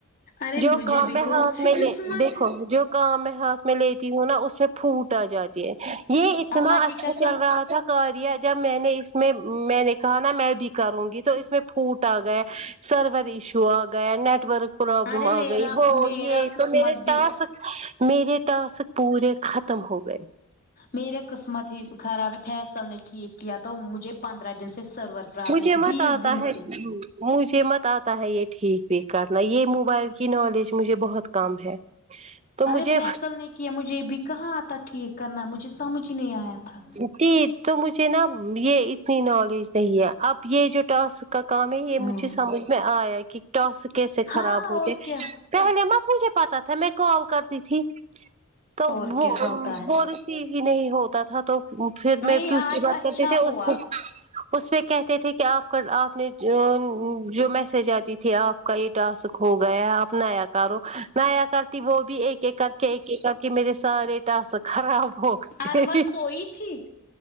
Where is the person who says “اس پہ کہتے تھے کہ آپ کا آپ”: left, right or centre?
Right